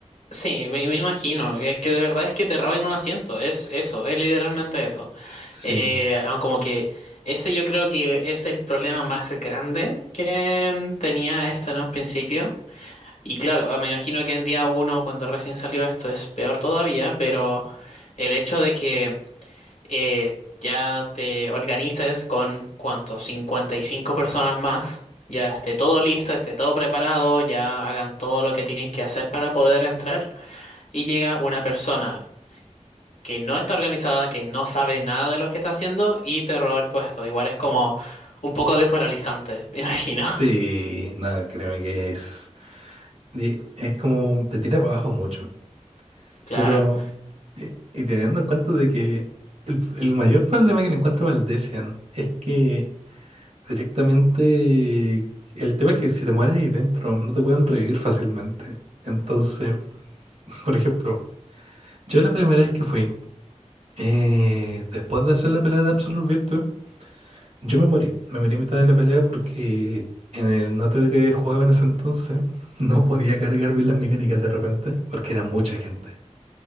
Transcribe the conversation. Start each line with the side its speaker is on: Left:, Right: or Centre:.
Left: sí, me, me imagino eh, que de verdad es que te roben un asiento, es eso, es literalmente eso.
Right: Sí,
Left: Eh, aun como que ese yo creo que es el problema más grande que mm, tenía esto en un principio Y claro, ah, me imagino que en día uno, cuando recién salió esto, es peor todavía, pero el hecho de que eh, ya te organices con, ¿cuánto? cincuenta y cinco personas más, ya esté todo listo, esté todo preparado, ya hagan todo lo que tienen que hacer para poder entrar, y llega una persona que no está organizada, que no sabe nada de lo que está haciendo, y te roba el puesto. Igual es como un poco desmoralizante, me imagino. <laughs>
Right: sí, nada, créeme que es, y es como, te tira para abajo mucho,
Left: Claro.
Right: pero, y, y teniendo en cuenta de que el, el mayor problema que le encuentro a Valdecian es que Directamente, el tema es que si te mueres ahí dentro, no te pueden revivir fácilmente. Entonces, <laughs> por ejemplo, yo la primera vez que fui, eh, después de hacer la pelea de Absolute Virtue, yo me morí. Me morí a mitad de la pelea porque en el note de que jugaba en ese entonces, <laughs> no podía cargar bien las mecánicas de repente, porque era mucha gente.